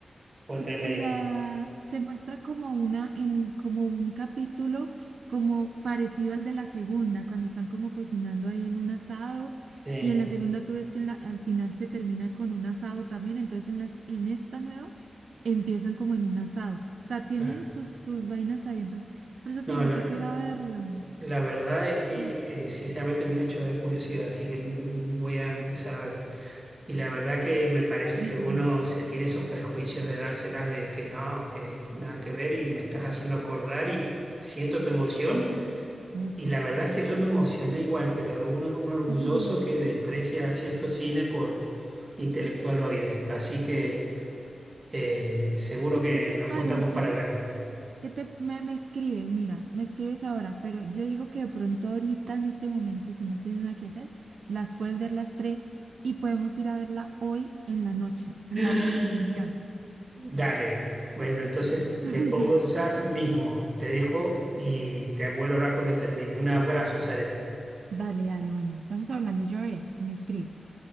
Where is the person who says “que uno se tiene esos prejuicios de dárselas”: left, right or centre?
Right